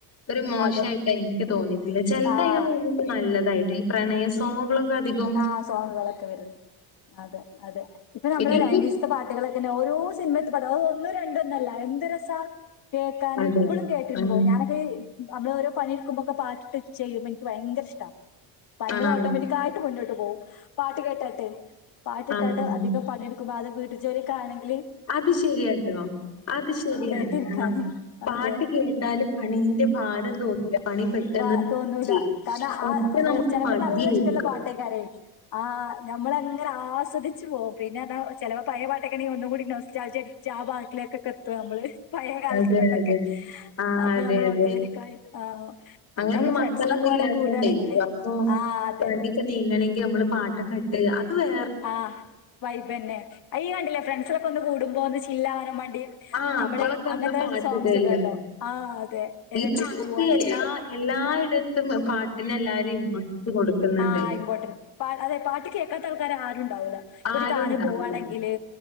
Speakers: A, on the left; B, on the left.
A: ഒരു മോശമായിയിട്ട്
B: അതെ
A: എനിക്ക് തോന്നിയിട്ടുണ്ട് ചിലത
B: ആഹ്
A: നല്ലതായിട്ട് ഈ പ്രണയം സോങ്ങുകളൊക്കെ അധികം
B: ആന് സോങ്ങുകളൊക്കെ വരുന്നു അതെ അതെ ഇപ്പൊ നമ്മള
A: പിന്നെ എനിക്ക്
B: നൈറ്റി സിസ് ത്തെ പാട്ടുകളൊക്കെ ഓരോ സിനിത്തെമേപാട്ട് അ ത്ഒന്നും രണ്ട് ഒന്നല്ല എന്ത് രസ കേക്കാന്
A: അതെ.
B: ഇപ്പോഴും കേട്ടിരുന്നു
A: ആഹ്
B: പോവും ഞാന് നമ്മള് ഓരോ പണിടുക്കുമ്പോക്കെ പാട്ട് ഇട്ട് ചെയ്യും എനിക്ക് ഭയങ്കര ഇഷ്ടമാണ് പണികൾ
A: ആണോ?
B: ഓട്ടോമാറ്റിക് കേട്ട് മുന്നോട്ട് പോകും പാട്ട് കേട്ടട്ട് പാട്ടിട്ടാട്ട്
A: ആഹ് ആഹ്
B: അധികം പണി ക്കുമ്പ അത് വീട്ട് ജോലിക്കാണെങ്കിൽ
A: അത് ശരിയാട്ടോ അത് ശരിയാണ്
B: കേട്ടിരിക്കാന്
A: ആഹ പാട്ട്
B: അതെ
A: കേ ട്ടാല് പണീന്റെ ഭാരം തോന്നില്ല പണി പെട്ടെന്ന്
B: വ
A: തീരും
B: തോന്നുല
A: ചെയ്യും.
B: കാരണം
A: മറ്റേ
B: ആ
A: നമുക്ക്
B: ചിലപ്പോ
A: മടിയായിരിക്കും.
B: നല്ല ഇഷ്ടമല്ല പാട്ടേക്കാരെ ആഹ് നമ്മള് അങ്ങനെ ആസ്വദിച്ചു പോകും പിന്നെ ആ ചില പഴയ പാട്ടൊക്കെണെ ഒന്നും കൂടി നൊസ്റ്റാൾജി ആ ബാക്കിലൊക്കെ എത്തുവ നമ്മള് പഴയ കാലത്തിലോട്ടൊക്കെ
A: അതെ അതെ. ആഹ്
B: അപ്പൊ
A: അതെ
B: നമ്മൾ
A: അതെ.
B: ഓട്ടോമാറ്റിക്കായി ആഹ് പിന്നെ
A: അങ്ങനെ
B: നമ്മള്
A: മക്കളൊന്നും
B: ഫ്രണ്ട്സിലൊക്കെപാടെ
A: ഇല്ലാത്തോണ്ടെ
B: കൂടാണെങ്കില്
A: അപ്പൊ
B: ആഹ് അതന്നെ.
A: പണി നീങ്ങണെങ്കി നമ്മള് പാട്ടൊക്കെ ഇട്ട് അത് വേ
B: ആഹ് വൈബ്ന്നെ അയ് കണ്ടില്ലേ ഫ്രണ്ട്സിലൊക്കെ ഒന്ന് കൂടുമ്പോ ഒന്ന് ചില്ലാാവാനൻ വേണ്ടി
A: ആഹ്
B: നമ്മള്
A: അപ്പളൊക്കെ നമ്മള്
B: അങ്ങനത്തെ
A: പാട്ടിടല്ലോ
B: സോങ്സ് ഇടല്ലോ ആ അതെ ഏത
A: ഈ
B: ട്രിപ്പ്
A: പാട്ട്
B: പോകവാണെങ്കിൽ
A: എല്ലാ എല്ലായിടത്തും പാട്ടിന് എല്ലാരും ഇമോട്ടൻസ് കൊടുക്കുന്നുണ്ട്
B: ആ ഇമ്പോർട്ടന്റ്. അതെ പാട്ട് കേൾക്കാത്ത ആൾക്കാര ആരും ഉണ്ടാവില്ല ഇപ്പൊ
A: ആരും
B: ഒരു കാറിൽ
A: ഉണ്ടാവില്ല
B: പോകുകയാണെങ്കില്